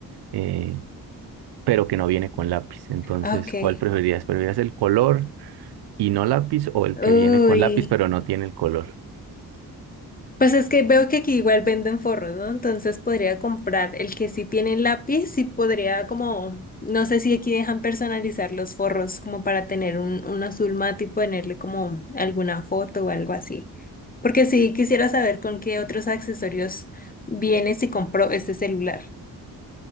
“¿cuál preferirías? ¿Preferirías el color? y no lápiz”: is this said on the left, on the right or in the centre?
Right